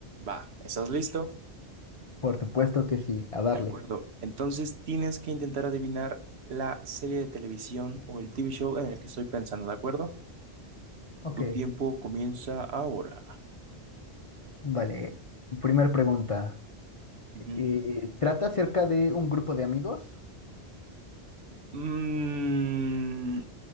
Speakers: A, on the right; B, on the left.
A: Va, ¿estás listo?
B: Por supuesto que sí, a darle.
A: De acuerdo. Entonces tienes que intentar adivinar la serie de televisión o el TV show en el que estoy pensando, ¿de acuerdo?
B: Ok,
A: Tu tiempo comienza ahora.
B: vale. Primer pregunta.
A: Ujú.
B: Eh, ¿trata acerca de un grupo de amigos?
A: Mm,